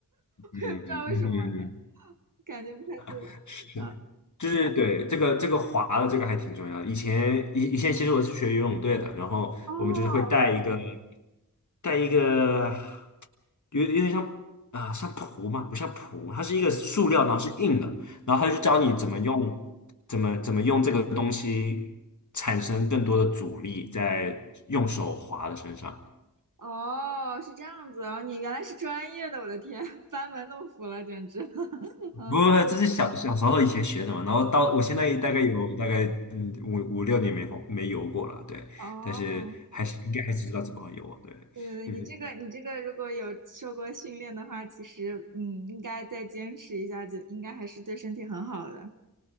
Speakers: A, on the left (about 50°); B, on the right (about 55°).
A: 嗯嗯嗯，
B: 也不知道为什么，感感觉不太对，
A: 嗯是，
B: 嗯，
A: 就是对这个这个滑的这个还挺重要的。以前以以前其实我是学游泳队的，然后我们就是会带一个。
B: 哦，
A: 带一个有有点像啊、像蹼嘛，不像蹼，它是一个塑料，然后是硬的，然后他就教你怎么用，怎么怎么用这个东西产生更多的阻力，在用手划的身上。
B: 哦，是这样子哦，你原来是专业的，我的天，<laughs> 班门弄斧了，简直。<laughs> 嗯，
A: 不过这是小小时候以前学的嘛，然后到我现在大概有大概嗯五五六年没滑没游过了，对，
B: 哦，
A: 但是还是应该还是知道怎么游，对，
B: 对对对，
A: 嗯
B: 你这个你这个如果有受过训练的话，其实嗯，应该再坚持一下，就应该还是对身体很好的。